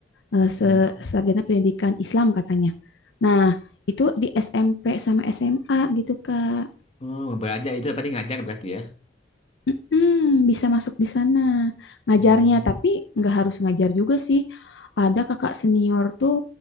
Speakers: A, on the left; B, on the left.
A: eh, Se-
B: Mm.
A: Sarjana Pendidikan Islam katanya. Nah, itu di SMP sama SMA gitu, Kak.
B: Oh, belajar itu berarti ngajar berarti ya.
A: Mm-mm, bisa masuk di sana. Ngajarnya,
B: Oh,
A: tapi nggak harus ngajar juga sih. Ada kakak senior tuh